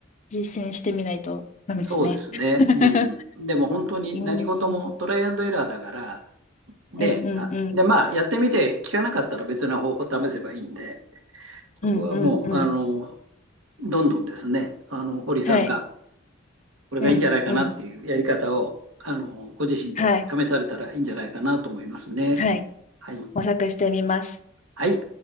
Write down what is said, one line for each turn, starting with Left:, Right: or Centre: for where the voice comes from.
Left: 実践してみないとダメですね。
Right: そうですね。
Left: <laughs>
Right: うん、でも本当に何事もトライアンドエラーだから、
Left: うーん、うん
Right: で、
Left: うんうん、
Right: あ、で、まあ、やってみて、効かなかったら別な方法を試せばいいんで、そこはもう、
Left: うんうんうん。
Right: あの、どんどんですね、あの、堀さんが、
Left: はい、
Right: これがいいんじゃないかなっていうやり方を、
Left: うんうん、
Right: あの、ご自身で試されたらいいんじゃないかなと思いますね。
Left: はい、はい。
Right: はい。
Left: 模索してみます。
Right: はい。